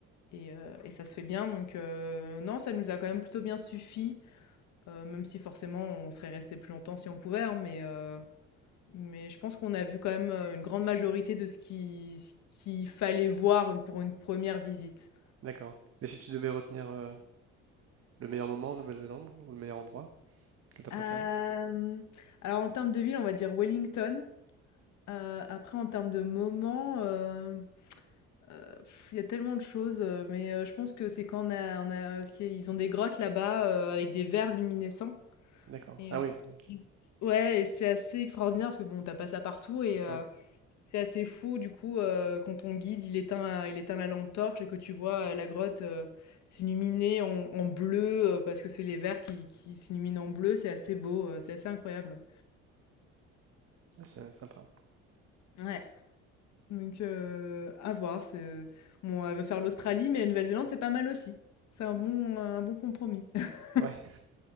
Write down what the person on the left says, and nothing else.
Et, euh, et ça se fait bien, donc euh, non, ça nous a quand même plutôt bien suffi, euh, même si forcément on serait resté plus longtemps si on pouvait, hein, mais, euh, mais je pense qu'on a vu quand même euh, une grande majorité de ce qui, ce qu'il fallait voir pour une première visite.
Euh, alors en termes de ville, on va dire Wellington. Euh, après, en termes de moment, euh, euh, pff, il y a tellement de choses, euh, mais euh, je pense que c'est quand on a, on a, parce qu'ils ont des grottes là-bas euh, avec des vers luminescents.
Et,
euh,
et c- ouais, et c'est assez extraordinaire parce que bon, t'as pas ça partout et euh,
c'est assez fou du coup euh, quand ton guide il éteint, il éteint la lampe torche et que tu vois euh, la grotte euh, s'illuminer en, en bleu euh, parce que c'est les vers qui, qui s'illuminent en bleu, c'est assez beau, euh, c'est assez incroyable.
Ouais. Donc euh, à voir. C'est... Bon, elle veut faire l'Australie, mais la Nouvelle-Zélande c'est pas mal aussi. C'est un bon, un bon compromis. <laughs>